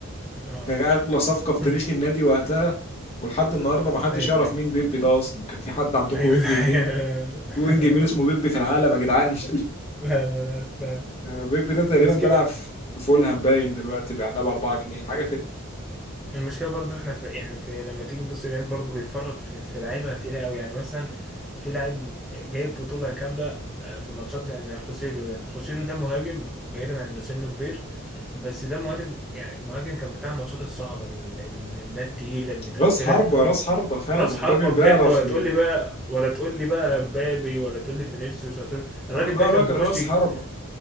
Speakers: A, in the centre; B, on the left (about 30°).
A: اه
B: كان أغلى صفقة في
A: <laughs>
B: تاريخ النادي وقتها ولحد النهاردة ما حدش
A: ايوه
B: يعرف
A: ايوه
B: مين بيبي ده أصلا كان في حد عندكم
A: ايوه
B: وينج
A: ده حقيقة.
B: يمين
A: <laughs>
B: في وينج يمين اسمه بيبي في العالم يا جدعان <laughs>
A: لا لا لا فعلا
B: آه، بيبي ده تقريبا
A: مش
B: بيلعب
A: كده
B: في فولهام باين دلوقتي بعناه ب 4 جنيه حاجة
A: المشكله برضو احنا في يعني في لما تيجي تبص الريال برضو بيفرط في, في لعيبه تقيله قوي يعني مثلا في لاعب جايب بطوله كامله آه، في ماتشات زي زي خوسيلو ده خوسيلو ده مهاجم بعيدا عن انه سنه كبير بس ده مهاجم يعني مهاجم كان بتاع الماتشات الصعبه ال- ال- اللي هي التقيله المتقفله
B: راس حربة راس حربة فعلا
A: راس حربة
B: راجل بيعرف
A: بجد ولا
B: يعني
A: تقول لي بقى ولا تقول لي بقى مبابي ولا تقول لي فينيسيوس ولا تقول الراجل
B: اه ده
A: ده كان
B: راجل
A: بيخش
B: راس
A: يجي...
B: حربة